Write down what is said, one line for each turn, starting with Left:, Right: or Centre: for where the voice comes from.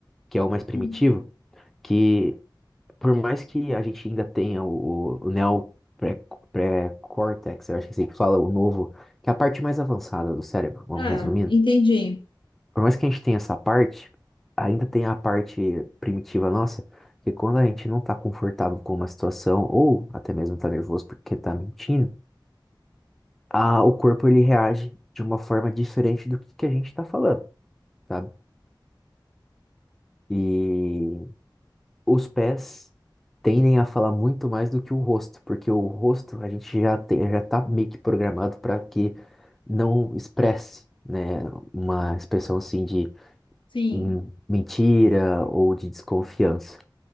Centre: que é o mais primitivo,
Left: Hum.
Centre: que por mais que a gente ainda tenha o, o neo pré- pré-córtex, eu acho que é assim que fala o novo, que é a parte mais avançada do cérebro, vamos
Left: Ah,
Centre: resumindo.
Left: entendi.
Centre: Por mais que a gente tenha essa parte, ainda tem a parte primitiva nossa, que quando a gente não tá confortável com uma situação, ou até mesmo tá nervoso porque tá mentindo, a, o corpo ele reage de uma forma diferente do que, que a gente tá falando, sabe? E os pés tendem a falar muito mais do que o rosto, porque o rosto a gente já tem, já tá meio que programado para que não expresse, né, uma expressão assim de
Left: Sim,
Centre: hum, mentira ou de desconfiança.